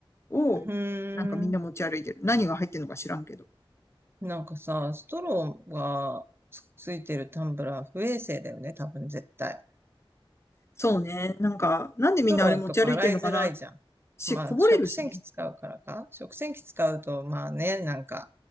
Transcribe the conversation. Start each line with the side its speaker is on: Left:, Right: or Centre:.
Left: ーを、
Right: うーん。
Left: なんかみんな持ち歩いてる。何が入ってるのか知らんけど。
Right: なんかさ、ストローがつ、ついてるタンブラー不衛生だよね、多分絶対。
Left: そうね。なんか、なんでみんなあれ持ち歩いてるのかな
Right: ストローとか洗いづらいじゃん。
Left: し、
Right: まあ、
Left: こぼれるしね。
Right: 食洗機使うからか。食洗機使うと、まあね、なんか、